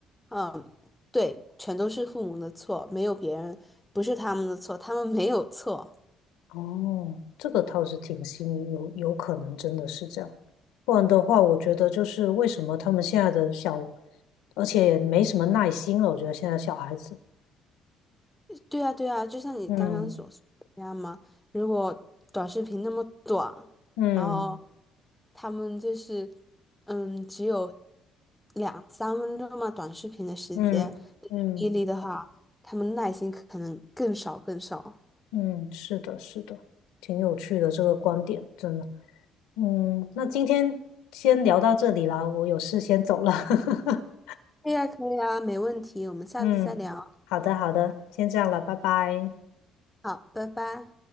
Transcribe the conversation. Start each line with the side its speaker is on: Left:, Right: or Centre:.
Centre: 嗯，对，全都是父母的错，没有别人，不是他们的错，他们没有错。
Left: 哦，这个倒是挺新颖，有有可能真的是这样。不然的话，我觉得就是为什么他们现在的小，而且也没什么耐心了。我觉得现在小孩子，
Centre: 对啊，对啊，就像你刚刚所说的那样嘛。
Left: 嗯
Centre: 如果短视频那么短，
Left: 嗯
Centre: 然后他们就是嗯，只有两三分钟嘛，短视频的时间，
Left: 嗯嗯
Centre: 你去毅力的话，他们耐心可能更少更少。
Left: 嗯，是的，是的，挺有趣的这个观点，真的。嗯，那今天先聊到这里啦，我有事先走了。<laughs>
Centre: 可以呀，可以啊，没问题，我们下次再聊。
Left: 嗯，好的好的，先这样了，拜拜。
Centre: 好，拜拜。